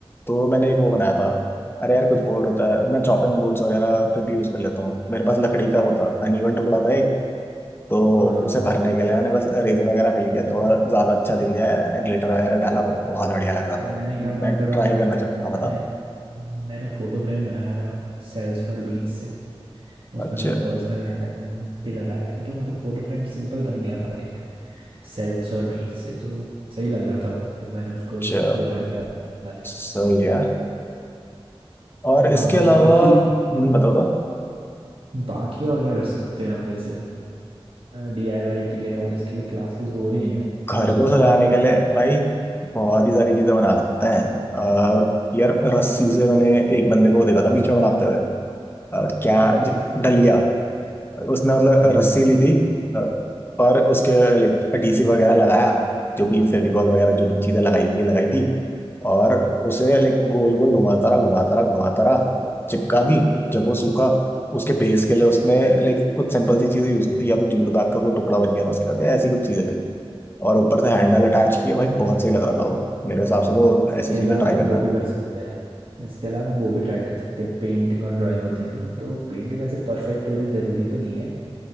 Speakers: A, on the left (about 25°); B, on the right (about 65°).
A: तो मैंने एक वो बनाया था अरे यार कुछ बोर्ड होता है मैं चॉपिंग बोर्ड्स वगैरह पे भी यूज कर लेता हूँ मेरे पास लकड़ी का वो था अनइवन टुकड़ा था एक तो
B: हाँ
A: उसे भरने के लिए मैंने बस रेजन वगैरह मिल गया थोड़ा ज्यादा अच्छा दिख गया ग्लिटर वगैरह डाला बहुत बढ़िया लग रहा
B: मैंने
A: था वो।
B: क्या बनाया
A: मैं ट्राई
B: था पता है
A: करना चाहता
B: मैंने
A: हाँ बता
B: मैंने फोटो फ्रेम बनाया था सेल्स और बीज से उसमें
A: अच्छा
B: मैंने पर्सनल आइटम भी लगाए थे तो मतलब फोटो फ्रेम सिंपल बन गया था एक सेल्स और बीज से तो सही लग रहा था वो फिर मैंने उसको
A: अच्छा
B: वो कर दिया था बना दिया
A: सही
B: था।
A: है और
B: हाँ
A: इसके अलावा
B: बाकी
A: हम्म, बताओ तो
B: बाकी और क्या कर सकते हैं हम जैसे डीआईवाई के लिए और इसके लिए क्लासेस हो रही हैं
A: घर
B: तो इसमें
A: को सजाने
B: और क्या
A: के
B: हो
A: लिए
B: सकता
A: भाई
B: है
A: बहुत ही सारी चीजें बना सकते हैं अ, यार रस्सी से मैंने एक बंदे को देखा था बीच में बनाते हुए और क्या
B: क्या चीज़
A: ज- डलिया उसने मतलब
B: चंदलिया
A: रस्सी ली थी अ, और उसके लाइक डीसी वगैरह लगाया जो भी फेविकॉल वगैरह जो भी चीजें लगाई होंगी लगाई थी और उसे लाइक गोल गोल घुमाता रहा घुमाता रहा घुमाता रहा चिपका दी जब वो सूखा उसके बेस के लिए उसने लाइक कुछ सिंपल सी चीजें यूज की थी या तो जूट बैग का कोई टुकड़ा बच गया था उसके बाद ऐसी कुछ चीजें थी और ऊपर से हैंडल अटैच किए भाई बहुत सही लग रहा था वो मेरे हिसाब से तो
B: इसके
A: ऐसी चीजें
B: अलावा
A: ट्राई
B: हम
A: करना
B: वो भी
A: है
B: कर सकते हैं इसके अलावा हम वो भी ट्राई कर सकते हैं पेंटिंग और ड्राइंग होती है ना तो पेंटिंग वैसे परफेक्ट हो रही जरूरी तो नहीं है